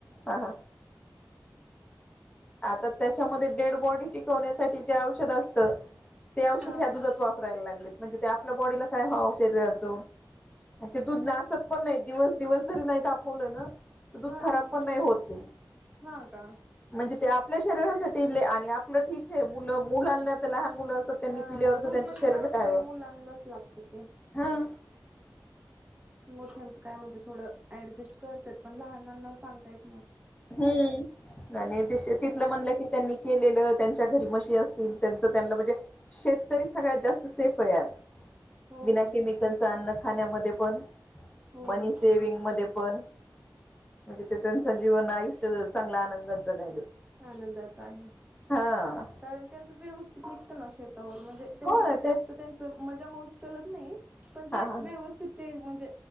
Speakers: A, on the left; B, on the right.
A: हा हा आता त्याच्यामध्ये डेड बॉडी टिकवण्यासाठी जे औषध असत औषध
B: हा
A: ह्या
B: हा
A: दुधात वापरायला लागलेत म्हणजे आपल्या बॉडीला काय व्हावं शरीराच ते दूध नासत पण नाही दिवस दिवस तरी नाही तापवलं ना दूध
B: हा
A: खराब
B: हा
A: पण नाही होत ते
B: ह का
A: म्हणजे ते आपल्या शरीरासाठी आणि आपलं ठीक आहे मुलं मुलांना तर लहान मु अस त्यांनी
B: हा
A: पिल्यावर
B: दूध
A: त्यांच्या
B: म्हणजे
A: शरीरा
B: जास्त
A: काय
B: वेळ मुलांनाच लागतं की
A: हा <unintelligible>
B: मोठ्यांचं काय म्हणजे थोडं ऍडजस्ट करतत पण लहानांना सांगतायत
A: हम्म आणि तिथलं
B: मग द्यावंच
A: म्हणलं की
B: लागतं
A: त्यांनी केलेलं त्यांच्या घरी मशी असतील त्यांच त्यांना म्हणजे शेतकरी सगळ्यात जास्त सेफ आहे आज
B: हो
A: विना
B: की हो
A: केमिकलच अन्न खाण्यामध्ये पण मनी
B: ना
A: सेविंग म पण म्हणजे ते त्यांच जीवन आयुष्य चांगला आनंदात जगायले
B: आनंदात आहे
A: हा
B: कारण त्यांच व्यवस्थित निघतं ना शेत म्हणजे तेवढं
A: हो
B: काही
A: ना
B: जास्त त्यांच मजा मग उचलत नाही पणजे
A: हा हा
B: व्यवस्थित ते म्हणजे